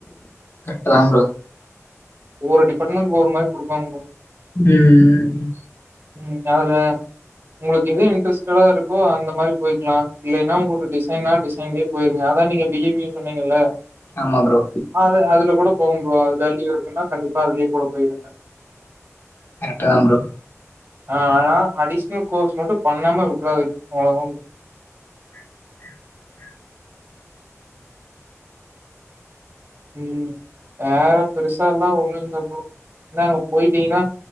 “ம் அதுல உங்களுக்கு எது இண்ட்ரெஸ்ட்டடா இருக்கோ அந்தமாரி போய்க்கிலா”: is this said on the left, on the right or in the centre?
Right